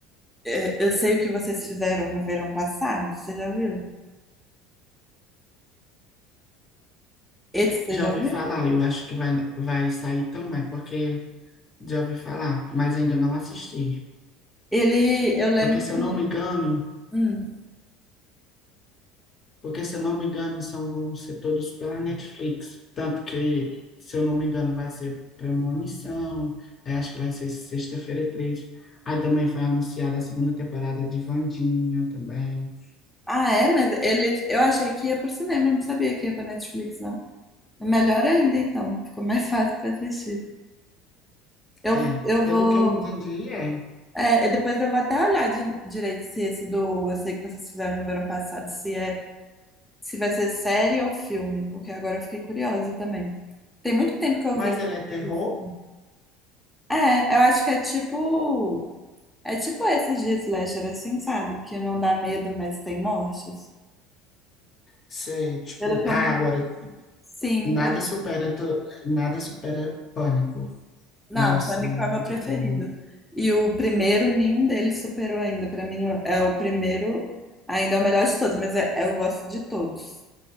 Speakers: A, in the centre; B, on the left.
A: é, Eu sei o que vocês fizeram no verão passado. Você já viu? Esse você
B: Já
A: já
B: ouvi
A: viu?
B: falar, eu acho que vai, vai sair também, porque já ouvi falar, mas ainda não assisti.
A: Ele, eu lembro
B: Porque se eu
A: que.
B: não me engano,
A: hum.
B: porque se eu não me engano, são, vão ser todos pela Netflix. Tanto que, se eu não me engano, vai ser Premonição, aí acho que vai ser Sexta-feira 13. Aí também foi anunciada a segunda temporada de Vandinha também.
A: Ah, é? Mas ele, eu achei que ia pro cinema, não sabia que ia pra Netflix, não. É Melhor ainda, então. Ficou mais fácil pra assistir. Eu,
B: É,
A: eu
B: pelo
A: vou.
B: que eu entendi, é.
A: É, e depois eu vou até olhar de- direito se esse do. Eu sei que vocês fizeram no verão passado, se é, se vai ser série ou filme, porque agora eu fiquei curiosa também. Tem muito tempo que eu
B: Mas
A: vi.
B: ele é terror,
A: inclusive. É, eu acho que é tipo. É tipo esses de slasher, assim, sabe? Que não dá medo, mas tem mortes.
B: sei, tipo,
A: Pelo que
B: ah,
A: eu me.
B: agora
A: Sim,
B: nada supera, tu- nada supera pânico.
A: Não,
B: Nossa,
A: Pânico
B: muito
A: é o meu preferido.
B: bom.
A: E o primeiro, nenhum deles superou ainda. Pra mim, é o primeiro, ainda é o melhor de todos, mas é- é, eu gosto de todos.